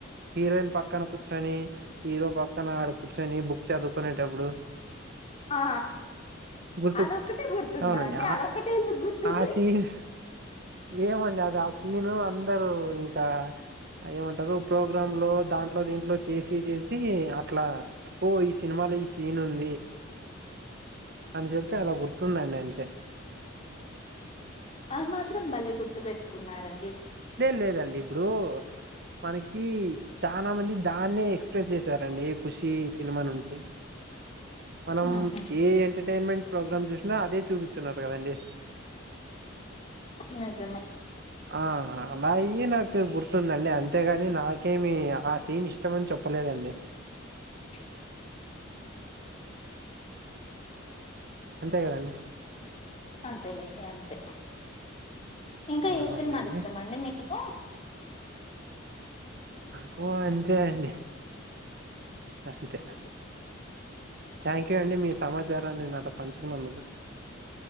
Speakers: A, on the right (about 55°); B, on the left (about 35°).
A: హీరోయిన్ పక్కన కూర్చొని హీరో పక్కన ఆడ కూర్చొని బుక్ చదువుకునేటప్పుడు
B: ఆ
A: గుర్తొచ్చిం
B: అదొక్కటే గుర్తుందా
A: అవునండి
B: అండి
A: ఆ
B: అదొక్కటే ఎందుకు గుర్తుంది
A: ఆ సీన్ ఏమండి అది ఆ సీను అ అందరు ఇంకా ఏమంటారు ప్రోగ్రామ్ లో దాంట్లో, దీంట్లో చేసి చేసి అట్లా ఓ ఈ సినిమాలో ఈ సీన్ ఉంది. అని చెప్పి అలా గుర్తుందండి అంతే
B: అ మాత్రం భలే గుర్తు పెట్టుకున్నారు
A: దే లేదండి ఇప్పుడు మనకి చాలా మంది దాన్నే ఎక్స్ప్రెస్ చేసారండి ఖుషి సినిమా నుంచి. మనం
B: హ్మ్ హు
A: ఏ ఎంటర్టన్మెంట్ ప్రోగ్రామ్ చూసినా అదే చూపిస్తున్నారు కదండి.
B: నిజమె
A: ఆ అలాయి నాకు గుర్తుందండి అంతేగాని నాకేమి ఆ సీన్ ఇష్టమని చెప్పలేదండి.
B: మీకు
A: అంతే కదండి
B: అంతేలేండి అంతే ఇంకా
A: ఆ
B: ఏ
A: అవునండి
B: సినిమాలు ఇష్టం అండి మీకు.
A: కో అంతే అండి. అంతేన థ్యాంక్ యూ అండి మీ సమాచారాన్ని నాతో పంచుకున్నందుకు.